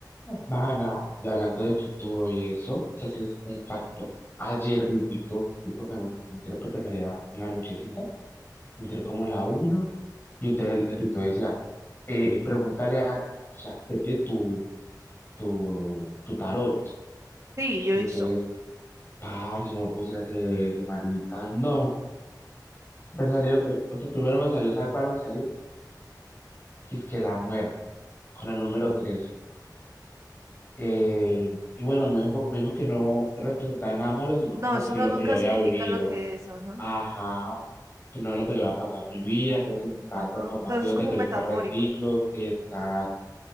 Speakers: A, on the left (about 30°); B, on the right (about 45°).
A: Mana, y hablando del futuro y eso, eso sí es un facto. Ayer vi un TikTok, un tipo que me entré porque salía en la nochecita, entré como a la una, y entonces el, el TikTok decía, eh, pregúntale a, a ChatGPT tu, tu, tu tarot.
B: sí, yo
A: Entonces
B: hizo.
A: Parce, me puse a hacer eso, marica. No. Me salió, o sea, primero me salió, ¿sabe cuál me salió? Que es que la muerte, con el número 13. Eh, y bueno, me dijo, me dijo que no representaba nada malo, sino
B: No,
A: como
B: eso
A: que
B: no
A: lo
B: nunca
A: que yo había
B: significa
A: vivido.
B: lo que es, ajá,
A: Ajá. Que no es lo que yo había pasado en mi vida, que eso significaba
B: ajá.
A: transformación,
B: Entonces es como
A: de que
B: metafórico.
A: yo sea reciclos, está.